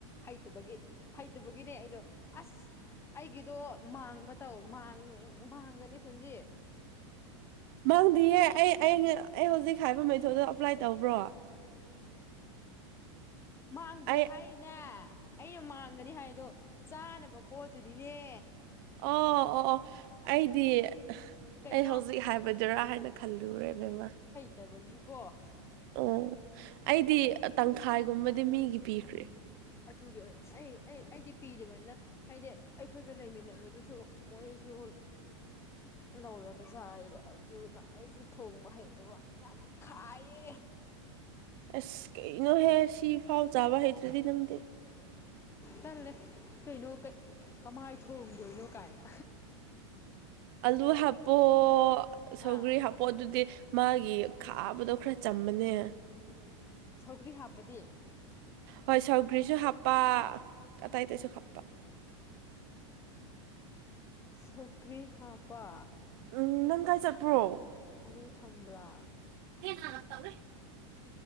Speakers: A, on the left; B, on the right.
A: ꯍꯩꯇꯕꯒꯤ ꯍꯩꯇꯕꯒꯤꯅꯦ ꯑꯩꯗꯣ ꯑꯁ ꯑꯩꯒꯤꯗꯣ ꯃꯥꯡꯕ ꯇꯧ ꯃꯥꯡ ꯃꯥꯡꯒꯅꯤ ꯊꯨꯟꯖꯤ
B: ꯃꯥꯡꯗꯤꯌꯦ ꯑꯩ ꯑꯩꯅ ꯑꯩ ꯍꯧꯖꯤꯛ ꯍꯥꯏꯕ ꯃꯦꯊꯣꯠꯗꯣ ꯑꯄ꯭ꯂꯥꯏ ꯇꯧꯕ꯭ꯔꯣ
A: ꯃꯥꯡꯗꯦ
B: ꯑꯩ
A: ꯍꯥꯏꯔꯤꯅꯦ ꯑꯩ ꯃꯥꯡꯒꯅꯤ ꯍꯥꯏꯗꯣ ꯆꯥꯅꯕ ꯄꯣꯠꯇꯨꯅꯤꯅꯦ
B: ꯑꯣ ꯑꯣ ꯑꯣ ꯑꯩꯗꯤ
A: ꯀꯩꯅꯣ
B: ꯑꯩ ꯍꯧꯖꯤꯛ ꯍꯥꯏꯕꯗꯨꯔ ꯍꯥꯏꯅ ꯈꯜꯂꯨꯔꯦꯗꯅ
A: ꯗꯕꯒꯤꯀꯣ
B: ꯎꯝ ꯑꯩꯗꯤ ꯇꯪꯈꯥꯏꯒꯨꯝꯕꯗꯤ ꯃꯤꯒꯤ ꯄꯤꯈ꯭ꯔꯦ
A: ꯑꯗꯨꯒꯤ ꯑꯣꯏ ꯑꯩ ꯑꯩ ꯑꯩꯗꯤ ꯄꯤꯗꯔꯤꯕꯅꯤꯅ ꯍꯥꯏꯗꯤ ꯑꯩꯈꯣꯏꯗ ꯂꯩꯃꯤꯟꯅꯕꯗꯨꯁꯨ ꯃꯣꯏꯁꯨ ꯂꯧꯔꯒ ꯆꯥꯏꯑꯕ ꯑꯗꯨꯅ ꯑꯩꯁꯨ ꯊꯣꯡꯕ ꯍꯩꯇꯕ ꯌꯥꯝꯅ ꯈꯥꯏꯌꯦ
B: ꯑꯁ ꯀꯩꯅꯣꯍꯦ ꯁꯤ ꯐꯥꯎ ꯆꯥꯕ ꯍꯩꯇ꯭ꯔꯗꯤ ꯅꯪꯗꯤ
A: ꯇꯜꯂꯦ ꯀꯩꯅꯣ ꯀꯩ ꯀꯃꯥꯏ ꯊꯣꯡꯗꯣꯏꯅꯣ ꯀꯥꯏꯅ
B: ꯑꯂꯨ ꯍꯥꯞꯄꯣ ꯁꯧꯒꯔꯤ
A: ꯑꯥ
B: ꯍꯥꯞ ꯄꯣꯑꯇꯨꯗꯤ ꯃꯥꯒꯤ ꯈꯥꯕꯗꯣ ꯈꯔ ꯆꯝꯕꯅꯦ
A: ꯁꯧꯒ꯭ꯔꯤ ꯍꯥꯞꯄꯗꯤ
B: ꯍꯣꯏ ꯁꯧꯒ꯭ꯔꯤꯁꯨ ꯍꯥꯞꯄ ꯑꯇꯩ ꯑꯇꯩꯁꯨ ꯍꯥꯞꯄ
A: ꯁꯧꯀ꯭ꯔꯤ ꯍꯥꯞꯄ
B: ꯎꯝ ꯅꯪ ꯀꯥꯏ ꯆꯠꯄ꯭ꯔꯣ
A: ꯑꯗꯨ ꯑꯂꯨ ꯊꯝꯕ꯭ꯔꯥ
B: ꯍꯥꯟꯅ ꯇꯧꯋꯦ